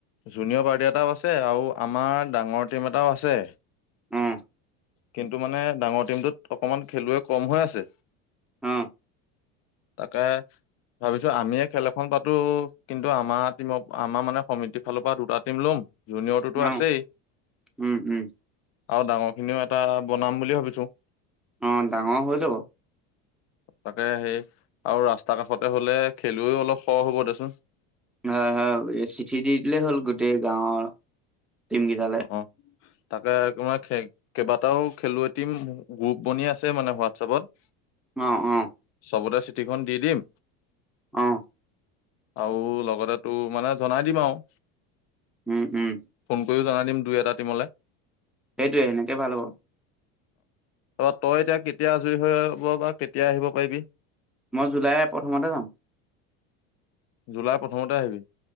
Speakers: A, on the left (about 45°); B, in the centre.
A: জুনিয়ৰ পাৰ্টি এটাও আছে আৰু আমাৰ ডাঙৰ টিম এটাও আছে।
B: উমঁ।
A: কিন্তু মানে ডাঙৰ টিমটোত অকণমান খেলুৱৈ কম হৈ আছে।
B: অ
A: তাকে, ভাবিছো আমিয়ে খেল এখন পাতো কিন্তু আমাৰ টিমত আমাৰ মানে সমিতিৰ ফালৰ পৰা দুটা টিম ল'ম জুনিয়ৰটোতো
B: অ
A: আছেই।
B: উম উম
A: আৰু ডাঙৰ খিনিও এটা বনাম বুলি ভাবিছো।
B: অঁ', ডাঙৰ হৈ যাব।
A: তাকে, সেই আৰু ৰাস্তা কাষতে হ'লে খেলুৱৈ অলপ সহ হ'ব দে চোন।
B: হয়-হয়, চিঠি দি দিলেই হ'ল গোটেই গাঁৱৰ টিম কেইটাত।
A: অহ'। তাকে তোমাৰ খে- কেইবাটাও খেলুৱৈ টিম গ্ৰুপ বনি আছে মানে হোৱাটছেপত।
B: অঁ', -অঁ',।
A: চবতে চিঠিখন দি দিম।
B: অঁহ।
A: আৰু লগতে তো মানে জনাই দিম আৰু।
B: উমঁ, হুম।
A: তইও জনাই দিবি দুই এটা টিমলে।
B: সেইটোৱে, এনেকে ভাল হ'ব।
A: অ' তই এতিয়া কেতিয়া আজৰি হৈ বা কেতিয়া আহিব পাৰিবি?
B: মই জুলাই প্ৰথমতে যাম।
A: জুলাই প্ৰথমতে আহিবি।